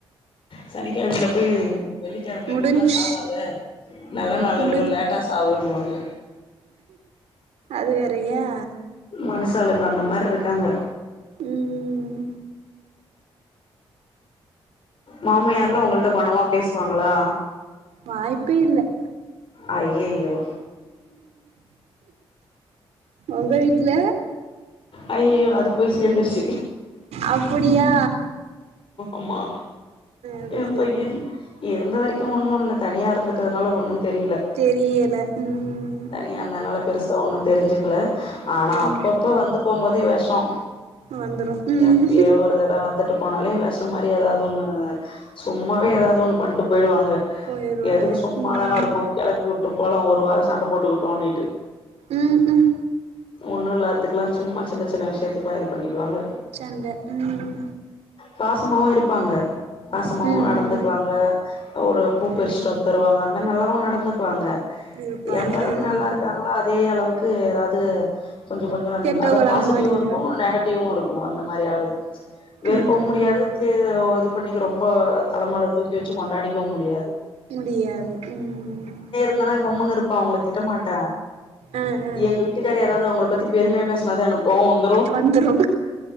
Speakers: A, on the left; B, on the right.
A: சனிக்கெழமைல போயி வெள்ளிக்கெழம
B: முடிஞ்ச்
A: இன்னிக்கெலா சாவாத நல்ல நாளு
B: முடி
A: இல்ல லேட்டா சாவுன்னுவாங்க
B: அது வேறயா
A: மனுசாளுங்க அந்த மாரி இருக்காங்க
B: ம்
A: மாமியார்லா
B: டைம்
A: ஒங்கள்ட்ட கொணமா பேசுவாங்களா
B: வாய்ப்பேல்ல
A: ஐய்யய்யோ
B: ஒங்க வீட்ல
A: ஐய்யய்யோ அது போய் சேந்துருச்சி
B: அப்டியா
A: ஆமா
B: அது
A: ஏ
B: செரி
A: பையன் இருந்த வரைக்கு ஒன்னுல்ல தனியா இருந்துட்டதுனால ஒன்னு தெரில
B: தெரியல ம்
A: தனியாந்தனால பெருசா ஒன்னு தெரிஞ்சிக்ல ஆனா
B: ம்
A: அப்பப்ப வந்து போபோதே வெஷோ
B: வந்துரு ம்
A: எப்பயேஒரு தடவந்து வந்துட்டு போனாலே வெஷோ மாரி ஏதாவது ஒன்னு சும்மாவே ஏதாவது ஒன்னு பண்ணிட்டு போயிடுவாங்க
B: போயிருவாங்க
A: எதுக்கு சும்மாதான
B: ம்
A: இருக்கோ கெளப்பி உட்டு போலா ஒரு வாரோ சண்ட போட்டுகுட்டுனிட்டு
B: ம் ம்
A: ஒன்னு இல்லாத்துக்கில்லா சும்மா சின்ன சின்ன விஷயத்துக்குல்லா இது பண்ணிக்குவாங்க
B: சண்ட ம்
A: பாசமாவு இருப்பாங்க பாசமாவு
B: ம் ம்
A: நடந்துக்குவாங்க ஒரு பூ பெறிச்சுட்டு
B: ம்
A: வந்து தருவாங்க அந்த மாரி நல்லாவு நடந்துக்குவாங்க
B: இருப்பாங்க
A: எந்த அளவுக்கு
B: ம்
A: நல்லா இருக்காங்ளோ அதே அளவுக்கு ஏதாது கொஞ்சொ கொஞ்சொ
B: கெட்டவங்களா
A: அதா பாசிட்டிவு
B: மாறிருவா
A: இருக்கு நெகட்டிவு இருக்கு அந்த மாரிஆளு வெறுக்கவு
B: ம்
A: முடியாது
B: ம்
A: த இது பண்ணிக்க ரொம்ப தலைமேல தூக்கி வச்சு கொண்டாடிக்கவு முடியாது
B: முடியாது ம்
A: நானா கம்முன்னு இருப்பா அவங்கள திட்ட மாட்டா
B: ஆ ஆ
A: எங்க வீட்டுக்கார் ஏதாவது அவங்கள பத்தி பெருமையா பேசுனதா எனக்கு கோவோ வந்
B: வந்துரு